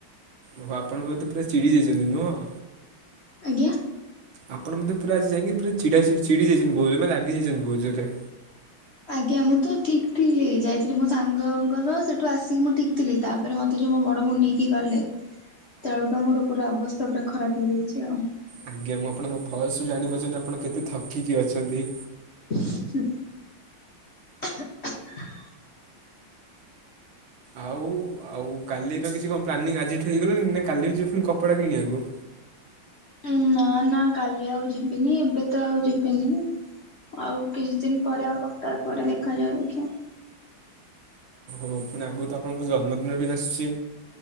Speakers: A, on the right; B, on the left.
A: ଓହୋ। ଆପଣ ବଧେ ପୁରା ଚିଡି ଯାଇଛନ୍ତି ନୁହଁ?
B: ଆଜ୍ଞା।
A: ଆପଣ ବୋଧେ ପୁରା ଆଜି ଯାଇକି ପୁରା ଛିଡା- ଛିଡି ଯାଇଛନ୍ତି କହୁଛନ୍ତି ମାନେ ପୁରା ରାଗିଯାଇଛନ୍ତି ବୋହୁତ୍ ଜୋରେ?
B: ଆଜ୍ଞା। ମୁଁ ତ ଠିକ୍ ଥିଲି। ଯାଇଥିଲି ମୋ ସାଙ୍ଗଙ୍କ ସହ ସେଠୁ ଆସିକି ମୁଁ ଠିକ୍ ଥିଲି। ତାପରେ ମତେ ଯୋଉ ମୋ ବଡ ଭଉଣୀ ନେଇକି ଗଲେ ତେଳୁ ତ ମୋର ପୁରା ଅବସ୍ଥା, ପୁରା ଖରାପ ହେଇଯାଇଛି ଆଉ।
A: ଆଜ୍ଞା। ମୁଁ ଆପଣଙ୍କ ଭୟସରୁୁ ଜାଣିପାରୁଛନ୍ତି, ଆପଣ କେତେ ଥକିକି ଅଛନ୍ତି।
B: ସେ <unintelligible>
A: ଆଉ ଆଉ କାଲି ତ କିଛି କଁ ପ୍ଲାନିଂ ଆଜିଠୁ ହେଇଗଲାଣି ନାଁ କାଲି ବି ଯିବ ଫୁଣି କପଡ଼ା କିଣିବାକୁ?
B: ଏଁ ନାଁ ନାଁ କାଲି ଆଉ ଯିବିନି ଏବେ ତ ଆଉ ଯିବିନି। ଆଉ କିଛି ଦିନ ପରେ ଆଉ ସପ୍ତାହେ ପରେ ଦେଖାଯାଉ ଦେଖିଆ।
A: ଓହୋ ପୁଣି ଆଗୁକୁ ତ ଆପଣଙ୍କ ଜନ୍ମଦିନ ବି ଆସୁଚି।